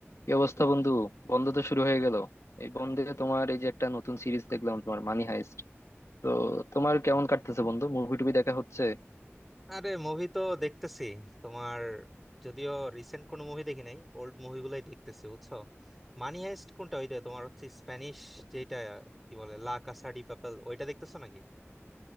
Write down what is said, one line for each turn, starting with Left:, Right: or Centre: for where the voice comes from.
Left: কি অবস্থা বন্ধু বন্ধ তো শুরু হয়ে গেল এই বন্ধে তোমার এই যে একটা নতুন সিরিজ দেখলাম তোমার মানি হাইস্ট তো তোমার কেমন কাটতেছে বন্ধু মুভি টুভি দেখা হচ্ছে
Centre: আরে মুভি তো দেখতেছি তোমার যদিও রিসেন্ট কোনো মুভি দেখি নাই ওল্ড মুভিগুলাই দেখতেছি বুঝছো মানি হাইস্ট কোনটা ওই যে তোমার হচ্ছে স্প্যানিশ যেটা কি বলে লা কাসা ডি পাপেল ওইটা দেখতেছো নাকি